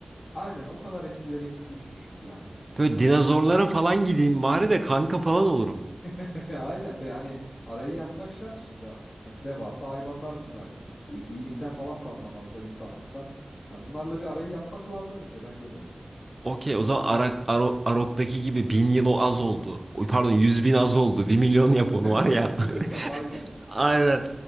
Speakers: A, on the left; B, on the right.
A: Aynen o kadar eskilere gittiğini düşün bir anda.
B: Böyle dinozorlara falan gideyim bari de kanka falan olurum.
A: <laughs> Ya Aynen be hani arayı yapmak şart şimdi. Hani devasa hayvanlar bunlar. E, iyilikten falan da anlamazlar insanlıktan. Ha, bunlarla bir arayı yapmak lazım önce bence de.
B: Okey o zaman Arak, Aro- Arok'taki gibi bin yıl o az oldu. Oy, Pardon yüz bin az oldu. Bir milyon yap onu var
A: <laughs>
B: ya.
A: Düz hesap
B: <laughs>
A: aynen.
B: Aynen.